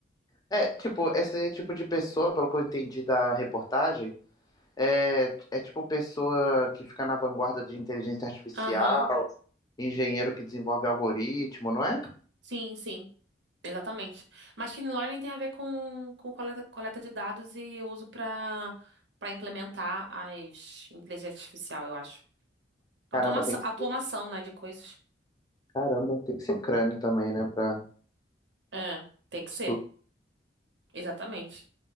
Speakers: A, on the left; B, on the right.
A: É, tipo, esse tipo de pessoa, pelo que eu entendi da reportagem. É, é tipo pessoa que fica na vanguarda de inteligência artificial,
B: Aham.
A: engenheiro que desenvolve algoritmo, não é?
B: Sim, sim. Exatamente. Machine learning tem a ver com, com coleta, coleta de dados e uso pra para implementar as inteligência artificial, eu acho. Automação,
A: Caramba, tem que,
B: automação, né, de coisas.
A: caramba, tem que ser crânio também, né? Pra
B: É, tem que
A: estudar.
B: ser. Exatamente.